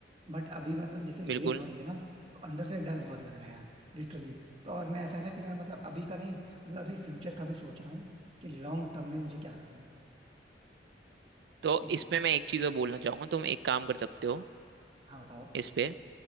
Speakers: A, on the right (about 35°); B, on the right (about 70°).
A: बट अभी मतलब जैसे लेट
B: बिल्कुल
A: हो रही है ना तो अंदर से डर बहुत लग रहा है यार लिटरली तो और मैं ऐसा है ना कि मैं मतलब अभी का नहीं मतलब अभी फ्यूचर का भी सोच रहा हूँ कि लॉन्ग टर्म में मुझे क्या करना है
B: तो
A: इस
B: इसमें
A: वक्त
B: मैं एक चीज और बोलना चाहूंगा तुम एक काम कर सकते हो
A: हाँ बताओ
B: इस पे